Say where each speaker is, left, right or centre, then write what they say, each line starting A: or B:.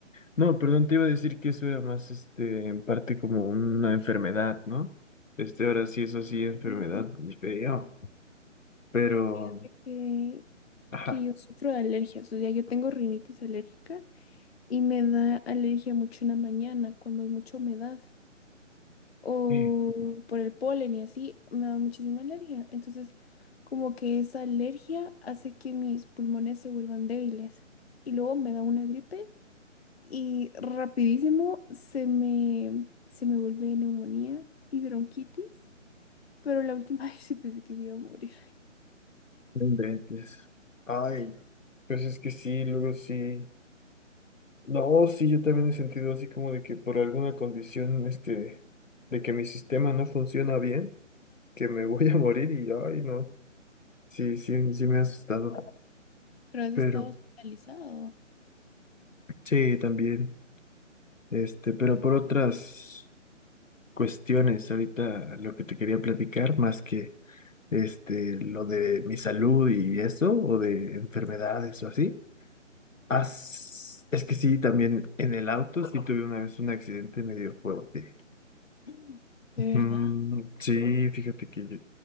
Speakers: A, on the left (about 80°); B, on the left (about 55°).
A: No, perdón, te iba a decir que eso era más, este, en parte como una enfermedad, ¿no? Este, ahora sí, eso sí, enfermedad,
B: Y
A: y feo. Pero,
B: fíjate que
A: ajá,
B: que yo sufro de alergias, o sea, yo tengo rinitis alérgica y me da alergia mucho en la mañana cuando hay mucha humedad o
A: eh,
B: por el polen y así, me da muchísima alergia. Entonces, como que esa alergia hace que mis pulmones se vuelvan débiles y luego me da una gripe y rapidísimo se me, se me vuelve neumonía y bronquitis, pero la última <laughs> vez sí pensé que me iba a morir.
A: no inventes. Ay,
B: Sí,
A: pues es que sí, luego sí. No, sí, yo también he sentido así como de que por alguna condición, este, de que mi sistema no funciona bien, que me <laughs> voy a morir y, ay, no, sí, sí, sí me ha asustado.
B: pero has
A: Pero,
B: estado hospitalizado.
A: sí, también, este, pero por otras cuestiones, ahorita lo que te quería platicar, más que, este, lo de mi salud y eso, o de enfermedades o así, as- es que sí, también en el auto sí tuve una vez un accidente medio fuerte.
B: <clears throat> <gasps> De
A: Mm,
B: verdad.
A: sí, fíjate que yo,